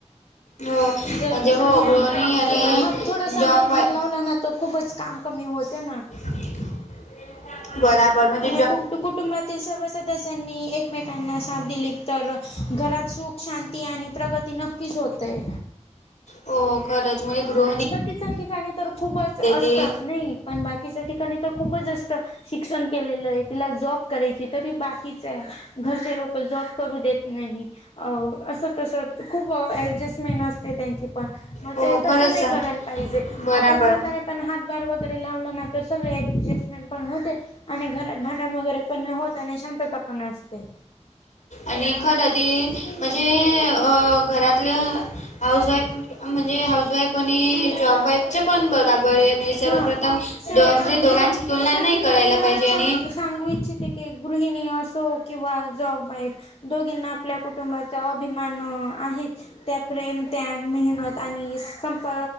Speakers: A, on the left; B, on the left.
A: हो
B: जर
A: म्हणजे हो
B: हा
A: गृहिणी आणि
B: हात थोडासा
A: जॉब
B: हात
A: वाय
B: भर लावला ना तर खूपच काम कमी होते ना,
A: ठी बराबर म्हणजे
B: आणि कु कुटुंबातील सर्व सदस्यांनी एक एकमेकांना साथ दिली तर घरात सुख शांती आणि प्रगती नक्कीच होतय
A: हो खरंच म्हजे ग,
B: बाकीच्या ठिकाणी तर खूपच असत
A: ती
B: नाही पण बाकीच्या ठिकाणी तर खूपच असत शिक्षण केलेलं आहे तिला जॉब करायची तरी बाकीच आहे घरचे लोक जॉब करू देत नाही. अ असं तस खूप ऍडजस्टमेंट असते त्यांची पण मग
A: हो
B: ते, त
A: खरंच
B: नाही करायला पाहिजे
A: बराबर
B: आपण स्वतः, पण हातभार वगैरे लावलं ना तर सगळे ऍडजस्टमेंट पण होते. आणि घरात भांडण वगैरे पण होत आणि शांतता पण असते.
A: आणि खरं ती म्हणजे घरातल्या, हाऊस वाईफ म्हणजे हाऊस वाईफ आणि जॉब वाईफ चे पण बर, म्हणजे सर्वप्रथम
B: हा शेव
A: म्हणजे दोघांची
B: हा
A: तुलना
B: शेवटी
A: नाही करायला
B: तर मी एवढंच
A: पाहिजे आणि,
B: सांग सांगू इच्छिते की गृहिणी असो किंवा जॉब वाईफ दोघींना, आपल्या कुटुंबाचा अभिमान आहेत त्या प्रेम त्याग मेहनत आणि स, प